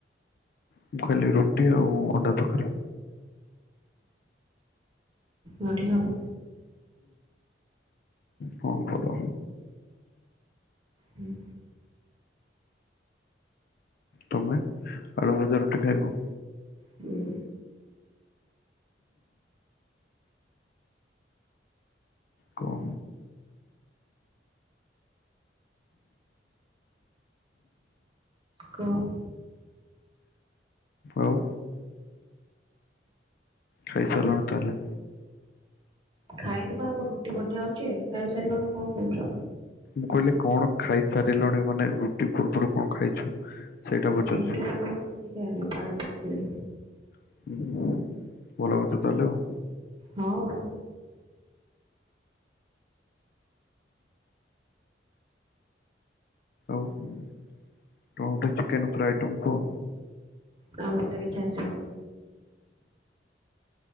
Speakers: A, on the left; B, on the right.
A: ମୁଁ ଖାଲି ରୁଟି ଆଉ ଅଣ୍ଡା ତକାରି।
B: ନୋଠି ହଉ।
A: ହଁ ଭଲ
B: ହୁଁ
A: ତମେ ଆଳୁ ଭଜା ରୁଟି ଖାଇବ?
B: ହୁଁ
A: କଅଁ
B: କୁହ
A: ଆଉ। ଖାଇ ସାଇଲଣି ତାହଲେ।
B: ଖାଇନି ବା ମୋ ରୁଟି ବନ୍ୟା ହଉଚି। ଖାଇସାରିଲଣିି କଣ କହୁଚ?
A: ମୁଁ କହିଲି କଣ ଖାଇ ସାରିଲଣି ମାନେ ରୁଟି ପୂର୍ବରୁ କଣ ଖାଇଛ? ସେଇଟା ପଚାରୁଛି
B: ରୁଟି ପୂର୍ବରୁ କିଛି ଖାଇନି ପାଣି ପିଇଥିଲି
A: ହୁଁ। ଭଲ କଥା ତାହେଲେ ଆଉ
B: ହଉ
A: ଆଉ ତମେ ଗୋଟେ ଚିକେନ୍ ଉପରେ ଆଇଟମ୍ କୁହ?
B: ନାଁ ମୋତେ କିଛି ଆସିବନି।